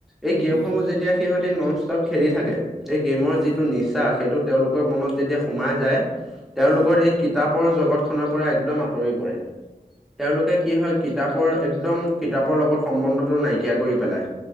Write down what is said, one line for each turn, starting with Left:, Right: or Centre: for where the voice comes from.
Centre: এই গেমসমূহ
Left: উম
Centre: যেতিয়া সিহঁতি নন ষ্টপ খেলি থাকে এই গেমৰ
Left: উম
Centre: যিটো নিচা সেইটো তেওঁলোকৰ মনত যেতিয়া সোমাই যায় তেওঁলোকৰ
Left: উম
Centre: এই কিতাপৰ জগত খনৰ পৰা একদম আঁতৰি পৰে তেওঁলোকে কি হয় কিতাপৰ একদম কিতাপৰ লগত সম্বন্ধটো নাইকিয়া কৰি পেলাই।